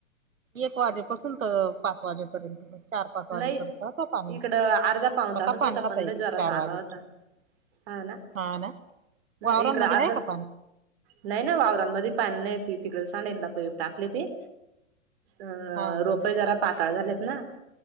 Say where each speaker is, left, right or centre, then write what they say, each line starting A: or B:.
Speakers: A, on the right; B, on the right.
A: एक वाजेपासून पाच वाजेपर्यंत. चार-पाच
B: नाही
A: वाजेपर्यंत होता पाणी
B: इकडं अर्धा पाऊन तासच
A: का पाणी होता
B: पण लय
A: एक
B: जोराचा
A: चार वाजेपर्यंत.
B: आला होता हा ना
A: हा ना, वावरांमध्ये
B: इकड अर्ध
A: आहे का पाणी?
B: नाही ना वावरांमध्ये पा नाही त तिकडे सांडे प टाकली ती. अं
A: हा
B: रोपे जरा पाताळ झालेत ना‌.